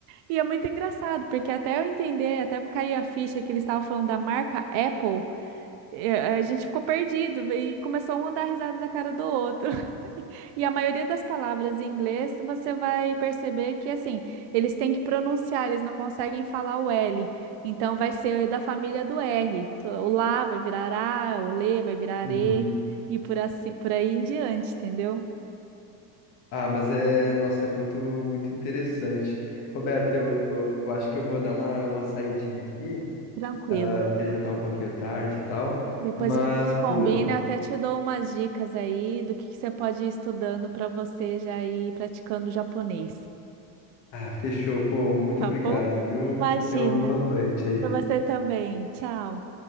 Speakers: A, on the right; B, on the left.
A: E é muito engraçado, porque até eu entender, até eu cair a ficha que eles estavam falando da marca Apple, e A gente ficou perdido e começou um a dar risada da cara do outro. <laughs> E a maioria das palavras em inglês, você vai perceber que, assim, eles têm que pronunciar, eles não conseguem falar o L. Então, vai ser da família do R. Tu- O lá vai virar A, o lê vai virar
B: Uhum.
A: E, e por assim, por aí em diante, entendeu?
B: Ah, mas é, nossa, é muito, muito interessante. Roberto, eu, eu acho que eu vou dar uma, uma saidinha aqui,
A: Tranquilo.
B: ah, porque já tá um pouquinho tarde e tal.
A: Depois
B: Mas,
A: a gente combina,
B: pô,
A: eu até te dou umas dicas aí do que que você pode ir estudando para você já ir praticando japonês,
B: ah, fechou, pô, muito
A: tá
B: obrigado,
A: bom?
B: viu?
A: Imagina.
B: Tenha uma boa noite aí.
A: Para você também. Tchau.